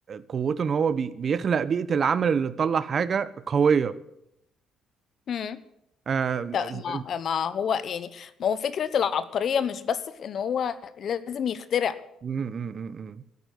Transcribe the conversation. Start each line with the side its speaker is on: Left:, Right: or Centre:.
Right: قوته ان هو بي بيخلق بيئة العمل اللي تطلع حاجة قوية
Left: امم
Right: آه
Left: ما
Right: ز-
Left: ما هو يعني ما هو فكرة العبقرية مش بس في ان هو لازم يخترع
Right: أمم، أمم، أمم.